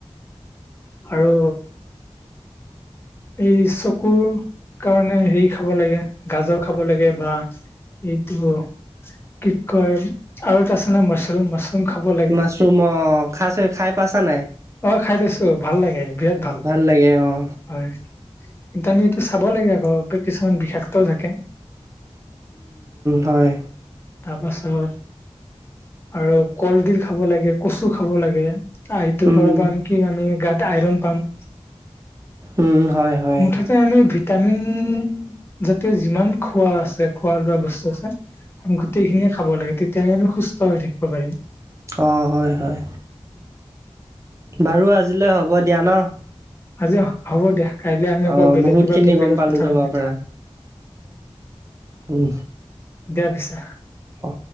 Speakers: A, on the left; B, on the right.
A: আৰু এই চকুৰ কাৰণে হেৰি খাব লাগে গাজৰ খাব লাগে। বা এইটো কি কয় আৰু এটা আছে ন মছৰুম মছৰুম তম খাব লাগে
B: মাছৰুম অ' খাইছে খাই পাইছা নাই?
A: অ খাই পাইছো ভাল লাগে বিৰাট ভাল
B: ভাল লাগে অঁ
A: হয় কিন্তু আমি এইটো চাব লাগে আকৌ কিছুমান বিষাক্তও থাকে।
B: হয়
A: তাৰপাছত আৰু কলডিল, খাব লাগে কচু, খাব লাগে। আ ইটোৰ
B: উম
A: পৰা পাম কি আমি গাত আইৰন পাম।
B: উম হয়। হয়
A: মুঠতে আমি ভিটামিন জাতীয় যিমান খোৱা আছে খোৱা লোৱা বস্তু আছে। আমি গোটেইখিনিয়ে খাব লাগে তেতিয়াহে আমি সুস্থ হৈ থাকিব পাৰিম।
B: অ হয় হয়। বাৰু আজিলৈ হ'ব দিয়া ন।
A: আজি অ হ'ব দিয়া। কাইলে আমি আকৌ
B: অ
A: বেলেগ
B: বহুত
A: কিবা
B: খিনি
A: টপিকত
B: গম পালো
A: কথা
B: তোমাৰ
A: পাতিম।
B: পৰা উম
A: দিয়া পিছে
B: অ